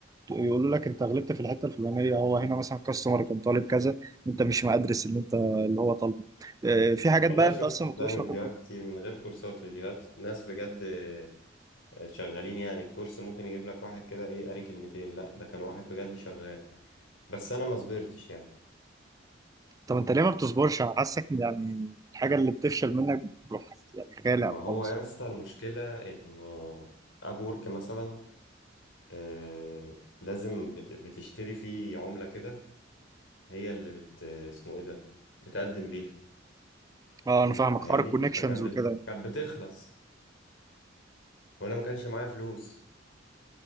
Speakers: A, on the right (about 20°); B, on the left (about 70°).
A: يقولوا لك انت غلطت في الحتة الفلانية هو هنا مثلا كاستمر كان طالب كذا انت مش مقدرس اللي انت اللي هو طالبه اه، في حاجات
B: والله
A: بقى انت
B: شفت
A: اصلا
B: صدقني
A: ما بتبقاش واخد
B: فيديوهات
A: بالك
B: كتير من غير كورسات فيديوهات ناس بجد آه، شغالين يعني الكورس ممكن يجيب لك واحد كده ايه قاري كلمتين لا ده كان واحد بجد شغال بس انا ما صبرتش يعني
A: طب انت ليه ما بتصبرش انا حاسك يعني الحاجة اللي بتفشل منك بتروح يعني غالي
B: ما
A: او
B: هو
A: خلاص
B: يا اسطى المشكلة انه اب وورك مثلا آه لازم بت... بتشتري فيه عملة كده هي اللي بت اسمه ايه ده بتقدم بيها
A: اه انا فاهمك
B: فاهمني
A: حوار الكونكشنز
B: فكان
A: وكده
B: بت... كانت بتخلص وانا ما كانش معايا فلوس